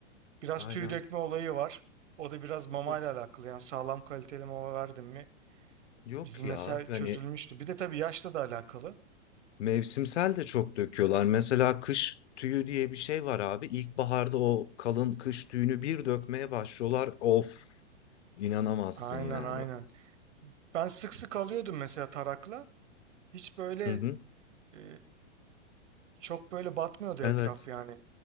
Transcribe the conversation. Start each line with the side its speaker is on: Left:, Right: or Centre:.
Right: Biraz
Left: Aynen.
Right: tüy dökme olayı var. O da biraz mamayla
Left: O-
Right: alakalı. Yani sağlam kaliteli mama verdim mi
Left: Yok
Right: Bizim
Left: ya.
Right: mesela
Left: Hani
Right: çözülmüştü. Bir de tabii yaşla da alakalı.
Left: Mevsimsel de çok döküyorlar. Mesela kış tüyü diye bir şey var abi. İlkbaharda o kalın kış tüyünü bir dökmeye başlıyorlar. Of, inanamazsın
Right: Aynen
Left: yani.
Right: aynen. Ben sık sık alıyordum mesela tarakla. Hiç böyle
Left: Hı hı.
Right: e, çok böyle batmıyordu
Left: Evet.
Right: etraf yani.